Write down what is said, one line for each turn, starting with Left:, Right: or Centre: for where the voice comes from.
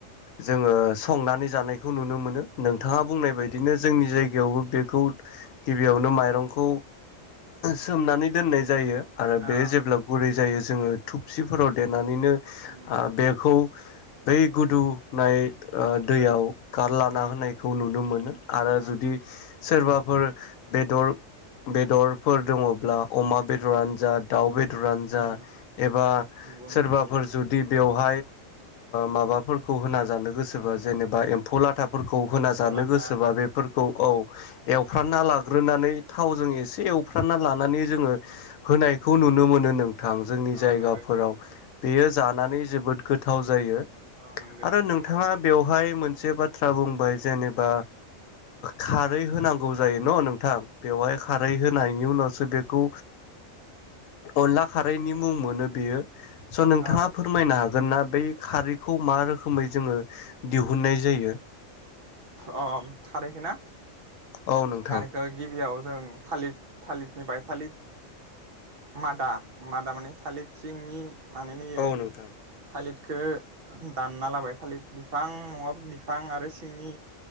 Left: जोङो संनानै जानायखौ नुनो मोनो नोंथाङा
Right: अ
Left: बुंनाय बायदिनो जोंनि जायगायाव गिबियावबो बेखौ गिबियावनो माइरंखौ सोमनानै दोननाय जायो आरो
Right: अ
Left: बेयो जेब्ला गुरै जायो जोङो थुुबसिफोराव देनानैनो
Right: उम
Left: बेखौ बै गुदु नाय ओ दैयाव
Right: गोदौ
Left: कार लाना
Right: उम
Left: होनायखौ नुनो मोनो आरो
Right: अ
Left: जुदि सोरबाफोर बेदर बेदर फोर दङब्ला अमा
Right: उम
Left: बेदरानो जा दाउ बेदरानो जा
Right: उम
Left: एबा
Right: नंगौ नोंथां
Left: सोरबाफोर
Right: नंगौ
Left: जुदि बेयाव माबाफोरखौ होन जानो गोसोबा जेनेबा एम्फौ लाथ थाफोरखौ होना
Right: एम्फौ
Left: जानो
Right: लाथा
Left: गोसोबा बेफोरखौ औ एवफ्रानना लाग्रोनानै थावजों एसे एवफ्रानना ला। नानै जोङो नायखौ नुनो मोनो नोंथां जोंनि
Right: अ
Left: जायगाफोराव।
Right: नंगौ
Left: बेयो जानानै जोबोद गोथ गोथाव जायो
Right: अ नंगौ
Left: आरो
Right: नोंथां
Left: नोंथाङा
Right: नंगौ
Left: बेवहाय मोन मोनसे बाथ्रा बुंबाय जेनेबा खारै होनांगौ जायो न' नोंथां बेवहाय खारै होनायनि उनावसो बेखौ अनला खारैनि मुं मोनो बेयो स' नोंथाङा
Right: अ
Left: फोरमायनो हागोन हागोना बै खारैखौ मा रोखोमै जोङो दिहुननाय जायो।
Right: अ अ खारैखो ना
Left: औ नोंथां
Right: खारैखौ गिबियाव। जों थालिर थालिरनिफ्राय थालिर। मादा मादा माने थालिर सिंनि माने नेयो
Left: औ नोंथां
Right: थालिद बेखौ दानना लाबाय थालिर बिफां नङाबा बिफां आरो सिंनि